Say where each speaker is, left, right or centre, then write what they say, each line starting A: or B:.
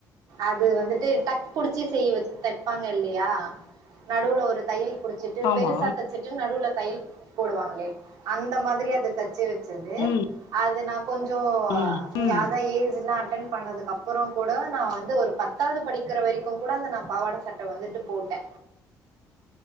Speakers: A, on the right; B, on the left.
A: அது வந்துட்டு டக் புடிச்சி செய்வது தைப்பாங்க இல்லையா நடுவுல ஒரு தையல் புடிச்சிட்டு
B: ஆமா
A: பெருசா தச்சிட்டு நடுவுல தையல் போடுவாங்களே அந்த மாதிரி அத தச்சு வ வச்சது
B: ம்
A: அஹ் து நா கொஞ்சோ
B: ம் ம்
A: அதான் ஏஜ்ல்லாம் அட்டன் பண்ணதுக்கு அப்புறம் கூட நா வந்து ஒரு பத்தாது படிக்கிற வரைக்கு கூட அந்த நா பாவாட சட்ட வந்துட்டு போட்டே